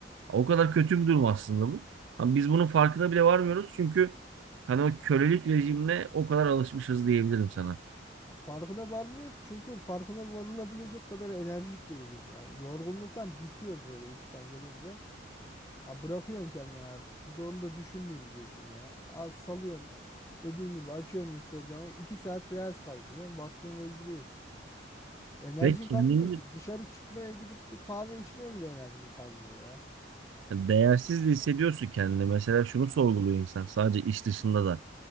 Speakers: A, on the right (about 80°); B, on the left (about 15°).
A: O kadar kötü bir durum aslında bu. Ama biz bunun farkına bile varmıyoruz çünkü hani o kölelik rejimine o kadar alışmışız diyebilirim sana.
B: Farkına varmıyoruz çünkü farkına varılabilecek kadar enerjik değiliz yani. Yorgunluktan bitiyoruz böyle işten gelince. Ya bırakıyorsun kendini artık. Bir de onu da düşünmeyeyim diyorsun ya. Az salıyorsun. Dediğin gibi açıyorsun Instagram'ı. 2 saat Reels kaydırıyorsun. Vaktini öldürüyorsun. Enerjin
A: Ve kendini
B: kalmıyor ki. Dışarı çıkmaya gidip bir kahve içmeye bile enerjin kalmıyor ya.
A: değersiz de hissediyorsun kendini. Mesela şunu sorguluyor insan sadece iş dışında da.